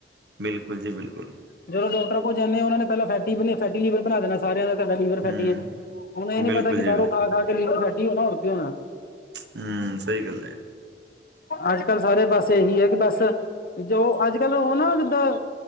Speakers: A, on the right; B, on the left.
A: ਬਿਲਕੁਲ ਜੀ, ਬਿਲਕੁਲ।
B: ਜਦੋਂ ਡਾਕਟਰ ਕੋਲ ਜਾਂਦੇ ਆ ਉਨਾਂ ਨੇ ਪਹਿਲਾ ਫੈ ਫੈਟੀ ਲੀਵਰ ਬਣਾ ਦੇਣਾ ਸਾਰਿਆਂ ਦਾ। ਤਾਡਾ ਲੀਵਰ ਫੈਟੀ
A: ਹੂੰ
B: ਐ ਜੀ, ਹੁਣ ਇਹ ਨੀ
A: ਬਿਲਕੁਲ
B: ਪਤਾ ਕਿ
A: ਜੀ
B: ਬਾਹਰੋਂ
A: ਬਿਲ
B: ਖਾ- ਖਾ ਕੇ ਲੀਵਰ ਫੈਟੀ ਹੋਣਾ ਹੋਰ ਕੀ ਹੋਣਾ।
A: ਹੂੰ ਸਹੀ ਗੱਲ ਐ।
B: ਅੱਜ ਕੱਲ ਸਾਰੇ ਬਸ ਇਹੀ ਆ ਕਿ ਬਸ ਜੋ ਅੱਜ ਕੱਲ ਉਹ ਨਾ ਜਿੱਦਾਂ'